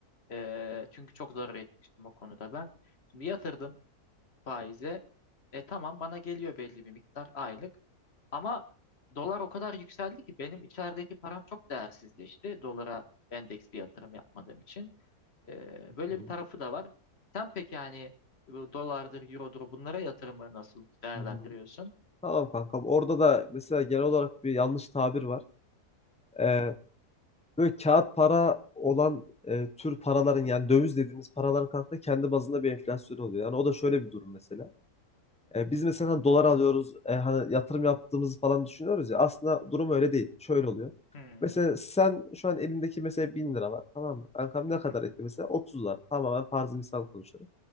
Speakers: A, on the left (about 40°); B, in the centre.
A: Eee, çünkü çok zarar etmiştim o konuda ben. Şimdi yatırdım faize. E tamam bana geliyor belli bir miktar aylık. Ama dolar o kadar yükseldi ki benim içerideki param çok değersizleşti. Dolara endeks bir yatırım yapmadığım için. Eee, böyle
B: Hı
A: bir tarafı da var. Sen peki yani bu dolardır, eurodur bunlara yatırımı nasıl değerlendiriyorsun?
B: hı. Tamam kankam. Orada da mesela genel olarak bir yanlış tabir var. Ee, Böyle kağıt para olan e, tür paraların yani döviz dediğimiz paraların kanka kendi bazında bir enflasyonu oluyor. Yani o da şöyle bir durum mesela. E, biz mesela hani dolar alıyoruz e, hani yatırım yaptığımızı falan düşünüyoruz ya aslında durum öyle değil. Şöyle oluyor.
A: Hmm.
B: Mesela sen şu an elindeki mesela 1000 lira var tamam mı? Kankam ne
A: Hı
B: kadar
A: hı.
B: etti mesela? 30 dolar. Tamamen farzı misal konuşuyorum.